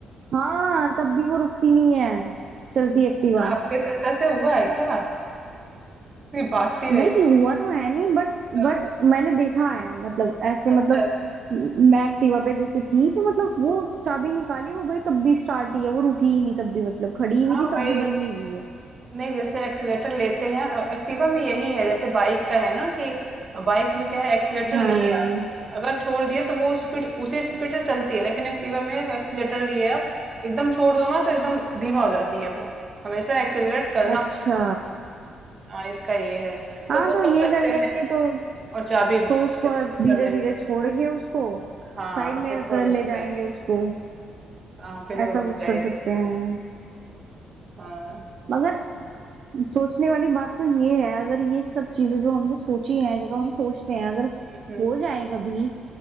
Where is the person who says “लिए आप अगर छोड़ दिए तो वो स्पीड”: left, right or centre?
Right